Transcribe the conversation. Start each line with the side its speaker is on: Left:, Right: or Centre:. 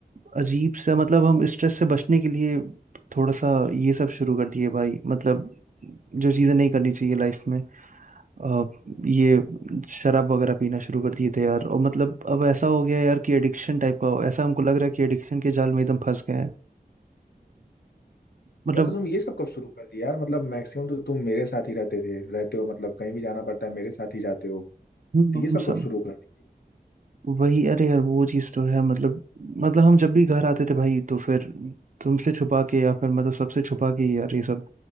Right: अजीब सा मतलब हम
Left: बताओ।
Right: स्ट्रेस से बचने के लिए थोड़ा सा ये सब शुरू कर दिए भाई मतलब जो चीज़ें नहीं करनी चाहिए लाइफ में अ, ये शराब वगैरह पीना शुरू कर दिए थे यार और मतलब अब ऐसा हो गया है यार कि एडिक्शन टाइप का हो ऐसा हमको लग रहा है कि एडिक्शन के जाल में एकदम फंस गए हैं मतलब
Left: अरे तो तुम ये सब कब शुरू कर दिया यार मतलब मैक्सिमम तो तुम मेरे साथ ही रहते थे रहते हो मतलब कहीं भी जाना पड़ता है मेरे साथ ही जाते हो
Right: हम्म,
Left: तो ये सब
Right: हम सब
Left: कब शुरू कर दिए
Right: वही अरे यार वो चीज़ तो है मतलब मतलब हम जब भी घर आते थे भाई तो फिर तुमसे छुपा के या फिर मतलब सबसे छुपा के ही यार ये सब